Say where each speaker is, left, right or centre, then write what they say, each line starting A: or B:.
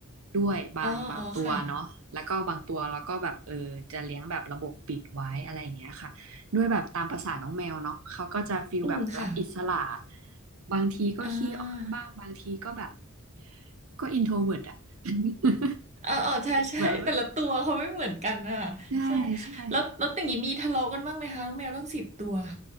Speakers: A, on the right; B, on the right.
A: ด้วยบางบางตัวเนาะแล้วก็บางตัวเราก็แบบเออจะเลี้ยงแบบระบบปิดไว้อะไรอย่างเงี้ยค่ะด้วยแบบตามประสาน้องแมวเนาะเขาก็จะฟีลแบบรักอิสระ
B: อ๋ออ๋อค่ะ อืมค่ะ
A: บางทีก็ขี้อ้อนบ้างบางทีก็แบบ
B: อ่า
A: ก็อินโทรเวิร์ตอะ <laughs>
B: เอ๋อเออใช่ใช่
A: แบบ
B: <laughs> แต่ละตัวเขาไม่เหมือนกันอ่ะใช่
A: <laughs> ใช่ใช่
B: แล้วแล้วอย่างนี้มีทะเลาะกันบ้างไหมคะน้องแมวตั้งสิบตัว